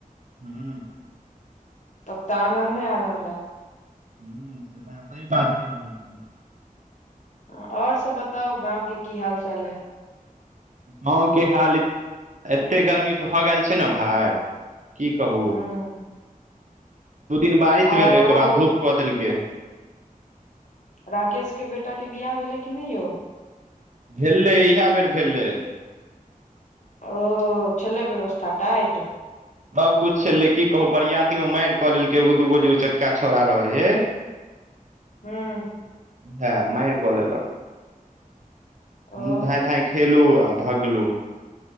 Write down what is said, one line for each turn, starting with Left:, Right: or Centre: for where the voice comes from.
Right: हू
Left: तब तऽ आनन्दे आनन्द आ
Right: ह से तऽ अहाँ सही बात कहि रहल छियै
Left: और सब बताउ गाँंव के की हाल चाल है
Right: गाँवके हाल एते एतेक गर्मी भऽ गेल छै ने भाय की कहू
Left: हूँ
Right: दू दिन बारिश
Left: आ
Right: भेलै
Left: ओ
Right: ओहिके बाद धूप कऽ देलकै
Left: राकेश के बेटाक के बिआह भेलै कि नहि यौ
Right: भेलै इहै बेर भेलै
Left: ओ छले व्यवस्था टाइट
Right: सभ कुछ छलै की कहू बरियाती मे मारि कऽ लेलकै एगो दूगो जे उचक्का छौड़ा रहै हे
Left: हँ
Right: व‌एह मारि कऽ लेलक हमु
Left: ओ
Right: धांय धांय खेलू आ भगलु हेलो